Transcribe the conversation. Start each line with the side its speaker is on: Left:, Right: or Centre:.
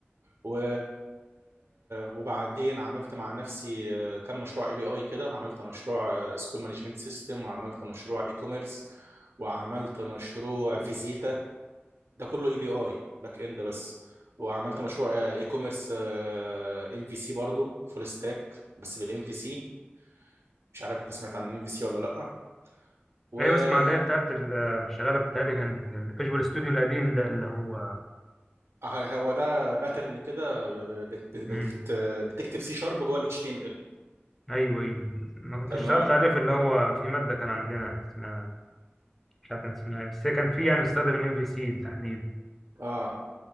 Right: و... وبعدين عملت مع نفسي آه، كم مشروع اي بي اي كده عملت مشروع سكول مانجمنت سيستم وعملت مشروع اي كوميرس وعملت مشروع فيزيتا ده كله اي بي اي باك اند بس وعملت مشروع اي كوميرس ام في سي برضه فول ستاك بس بالام في سي مش عارف انت سمعت عن الام في سي ولا لا و
Centre: ايوه
Right: آه،
Centre: بسمع اللي هي بتاعت ال- شغاله بتاعي كان الفيجوال استوديو القديم ده اللي هو
Right: هو ده باترن كده ب- بت- بت-
Centre: امم
Right: بت- بتكتب سي شارب جوه الاتش تي ام ال
Centre: ايوه ايوه انا كنت
Right: تمام
Centre: اشتغلت عليه في اللي هو في ماده كان عندنا اسمها مش عارف كان اسمها إيه، بس هي كان في يعني بيستخدم الام في سي تحديدا
Right: اه